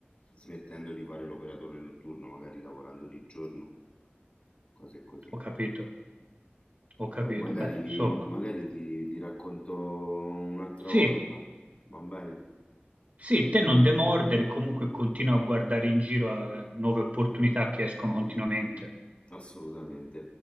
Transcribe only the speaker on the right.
ho capito, ho capito.
Beh, insomma,
sì,
sì, te non demordere, comunque continua a guardare in giro a nuove opportunità che escono continuamente.